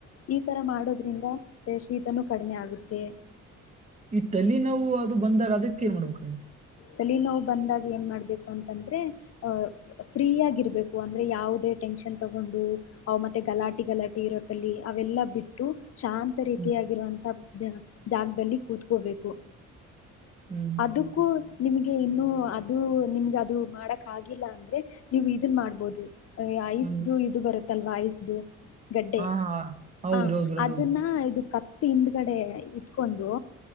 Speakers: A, on the left (about 55°); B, on the right (about 25°).
A: ಈಥರ ಮಾಡೋದ್ರಿಂದ ಶೀತನೂ ಕಡಿಮೆ ಆಗುತ್ತೆ
B: ಈ ತಲೆ ನಾವು ಅದು ಬಂದಾಗ ಅದಕ್ ಏನ್ ಮಾಡ್ಬೇಕ ಕಡೆ
A: ತಲ ನೋವು್ ಬಂದಾಗ ಏನ್ ಮಾಡ್ಬೇಕು ಅಂತಂದ್ರೆ ಅಹ ಫ್ರೀ ಆಗರ್ಬೇಕು ಅಂದ್ರೆ ಯಾವವುದೇ ಟೆನ್ಷನ್ ತಗೊಂಡು ಅವ ಮತ್ತೆ ಗಲಾಟಿ ಗಲಾಟಿ ಇರೋ ತಲಿ ಅವೆಲ್ಲಾ ಬಿಟ್ಟು ಶಾಂತ ರೀತಿಯಾಗಿರುವಂತ
B: ಹ್ಮ್
A: ಜಾಗದಲ್ಲಿ ಕೂತ್ಕೋಬೇಕು
B: ಹ್ಮ್ ಹ್ಮ್
A: ಅದಕ್ಕೂ
B: ಹ್ಮ್ ಹ್ಮ್
A: ನಿಮಗೆ ಇನ್ನುೂ ಅದು ನಿಮ್ಗೆ ಅದು ಮಾಡಕ್ ಆಗಿಲ್ಲ ಅಂದ್ರೆ ನೀವು ಇದನ್ ಮಾಡ್ಬೋದು ಐಸ್ದು
B: ಹಂಗ್
A: ಇದು ಬರುತ್ ತಲ್ವಾರಿಸ ದ <unintelligible> ಗಡ್ಡೆ
B: ಹಾ ಹಾ ಹೌದ್ರಿ
A: ಹ
B: ಹೌದ್ರಿ
A: ಅದನ್ನ
B: ಹೌದ್ರಿ
A: ಇದು ಕ ತಿಂದ್ಗಡೆ ಇಟ್ಕೊಂಡು